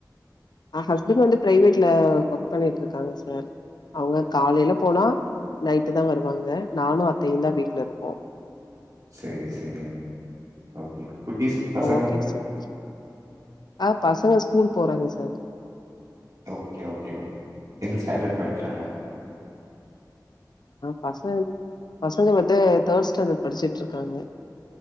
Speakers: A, on the left; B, on the right.
A: ஆ ஹஸ்பண்ட் வந்து ப்ரைவேட்ல ஒர்க் பண்ணிட்ருக்காங்க சார் அவங்க காலையில போனா நைட்டு தான் வருவாங்க நானு அத்தயும் தான் வீட்ல இருப்போம்
B: சரி சரி மேம் ஓகே குட்டீஸ் பசங்க?
A: ஓகே சார் ஆ பசங்க ஸ்கூல் போறாங்க சார்
B: ஓகே ஓகே மேம் எந்த ஸ்டாண்டர்ட் படிக்கிறாங்க
A: பசங் பசங்க வந்து தேர்ட் ஸ்டாண்டர்ட் படிச்சுட்ருக்காங்க